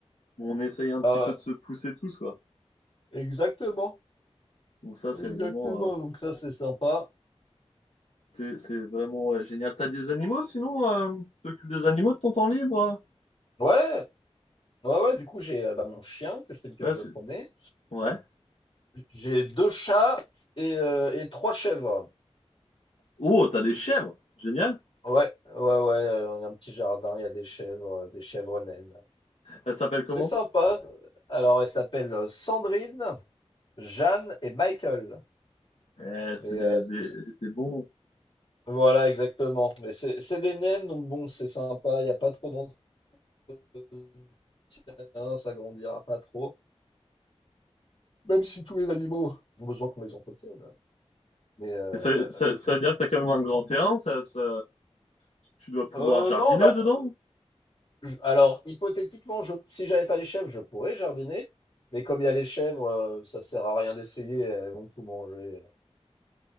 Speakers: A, on the left; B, on the left.
A: où on essaye un
B: Ah,
A: petit peu de se pousser tous, quoi.
B: ouais. exactement,
A: Donc, ça,
B: exactement.
A: c'est vraiment. euh,
B: Donc ça, c'est sympa.
A: C'est, c'est vraiment ouais, génial. T'as des animaux sinon? euh, tu t'occupes des animaux de ton temps libre? euh?
B: Ouais, ouais, ouais. Du coup, j'ai euh, bah, mon chien que je t'ai dit que
A: Ouais,
B: je
A: c'est...
B: promenais.
A: ouais.
B: J'ai deux chats et, euh, et trois chèvres.
A: Oh, t'as des chèvres! Génial!
B: Ouais, ouais, ouais. euh, On a un petit jardin, il y a des chèvres, euh, des chèvres naines.
A: Elles s'appellent comment?
B: C'est sympa. Alors, elle s'appelle euh, Sandrine, Jeanne et Michael.
A: Eh, c'est
B: Mais
A: des,
B: euh,
A: des,
B: c'est- c'est-
A: des bons noms.
B: voilà, exactement. Mais c'est c'est des naines, donc bon, c'est sympa. Il n'y a pas trop d'entretien, ça grandira pas trop. Même si tous les animaux ont besoin qu'on les entretienne. Mais euh,
A: Et ça, ça, ça veut dire que t'as quand même un grand terrain, ça, ça- tu dois pouvoir
B: euh,
A: jardiner
B: non, bah,
A: dedans.
B: euh, je- alors hypothétiquement, je, si j'avais pas les chèvres, je pourrais jardiner. Mais comme il y a les chèvres, euh, ça sert à rien d'essayer. Elles vont tout manger.